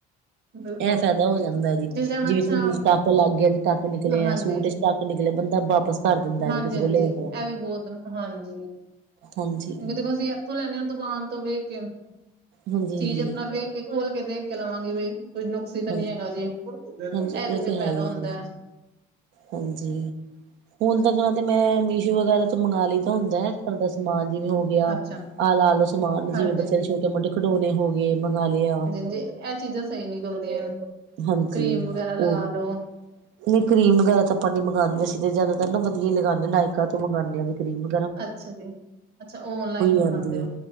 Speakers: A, on the right; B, on the right.
A: ਬਿਲਕੁਲ
B: ਇਹ ਫਾਇਦਾ ਹੋ ਜਾਂਦਾ ਜੀ
A: ਜਿਸ ਟਾਈਮ
B: ਜਿਵੇਂ
A: ਅੱਛਾ
B: ਚੁੰਨੀ ਚ ਟੱਕ ਲੱਗ ਗਿਆ ਜ ਟੱਕ ਨਿਕਲੇ ਹੈ
A: ਹਾਂਜੀ
B: ਸੂਟ ਚੱਕ ਨਿਕਲੇਆ ਬੰਦਾ ਵਾਪਿਸ ਕਰ ਦਿੰਦਾ
A: ਹਾਂਜੀ
B: ਜੀ ਕਿਸੇ
A: ਹਾਂਜੀ
B: ਕੋਲ ਲ
A: ਇਹ
B: ਹੋ
A: ਵੀ ਬਹੁਤ ਹਾਂਜੀ ਕਿਉਂਕਿ
B: ਹਾਂਜੀ,
A: ਦੇਖੋ ਅਸੀਂ ਇਥੋਂ ਲੈਦੇ ਹਾਂ ਦੁਕਾਨ ਤੋਂ ਵੇਖ ਕੇ
B: ਹਾਂਜੀ,
A: ਚੀਜ਼
B: ਹਾਂਜੀ,
A: ਆਪਣਾ ਵੇਖ ਕੇ ਖੋਲ ਕੇ ਦੇਖ ਕੇ ਲਵਾਂਗੀ ਬਈ ਕੁਝ ਨੂੰ <unintelligible> ਤਾਂ
B: ਹਾਂਜੀ,
A: ਨੀ ਹੈਗਾ ਜੀ ਇਹਦੇ
B: ਹਾਂਜੀ ਉਹ
A: ਚ
B: ਤੇ
A: ਫੈਦਾ
B: ਹੈ ਹੀ
A: ਹੁੰਦਾ
B: ਜੀ। ਹਾਂਜੀ ਹੁਣ ਤੱਕ ਨਾ ਤੇ ਮੈਂ ਮੀਸ਼ੋ ਵਗੈਰਾ ਤੋਂ ਮੰਗਵਾ ਲਈ ਦਾ ਹੁੰਦਾ ਘਰ ਦਾ ਸਮਾਨ ਜਿਵੇਂ ਹੋ ਗਿਆ
A: ਅੱਛਾ
B: ਆਲਾ ਆਲੋ ਸਮਾਨ ਜਿਵੇਂ
A: ਹਾਂਜੀ
B: ਬੱਚਿਆਂ
A: ਹਾਂਜੀ।
B: ਦੇ ਛੋਟੇ ਮੋਟੇ ਖਿਡੋਣੇ ਹੋ ਗਏ ਮੰਗਵਾ ਲਏ ਆ
A: ਜੇ <unintelligible> ਚੀਜ਼ਾਂ ਸਹੀ ਨਿਕਲਦੀਆਂ
B: ਹਾਂਜੀ
A: ਕਰੀਮ ਵਗੈਰਾ ਲਗਾ
B: ਉਹ
A: ਲੋ
B: ਨਹੀਂ ਕਰੀਮ ਵਗੈਰਾ ਤਾਂ ਆਪਾ ਮੰਗਾਉਂਦੇ ਸੀ ਤੇ ਜਿਆਦਾ ਤਰ ਨਾ ਵਧੀਆ ਹੀ ਲਗਾਉਦੇ ਨਾਇਕਾ ਤੋਂ ਮੰਗਗਾਂਦੇ ਵੀ ਕੀਮ
A: ਅੱਛਾ ਜੀ ਅੱਛਾ ਓਨਲਾਈਨ ਮੰਗਵਾਂਦੇ
B: ਆਉਂਦੀ
A: ਹੋ
B: ਹੈ